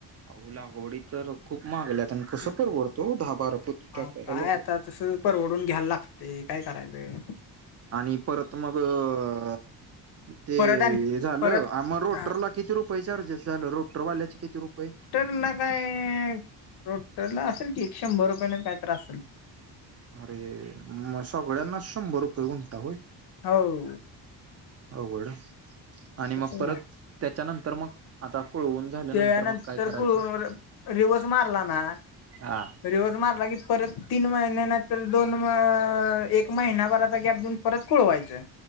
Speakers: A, on the right; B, on the left.
A: अहो लागवडी तर खूप महागल्यात अन कसं
B: हं.
A: परवडत ओ दहा बारा पोती टाकायला
B: अहो काय
A: लागवड.
B: आता तसं परवडून घ्याय लागते काय करायचं.
A: आणि परत मगं ते
B: परत आणि
A: हे झालं
B: परत
A: आम रोटरला
B: हा
A: किती रुपये चार्जेस झालं, रोटरवाल्याचे किती रुपये?
B: रोटरला काय रोटरला असेल कि एक शंभर रुपये नईन काय तर असंल.
A: अरे म सगळ्यांना शंभर रुपये गुंठा होय.
B: हो
A: अवघडाय आणि
B: कसं
A: म परत
B: काय
A: त्याच्यानंतर मग आता कोळवून झाल्यानंतर
B: त्या नंतर
A: मग काय करायचं?
B: करून रिवस मारलाना
A: हा.
B: रीवस मारला की परत तीन मईन्या नाई तर दोन म एक महिनाभर आता गॅप दिऊन परत कुळवायचं.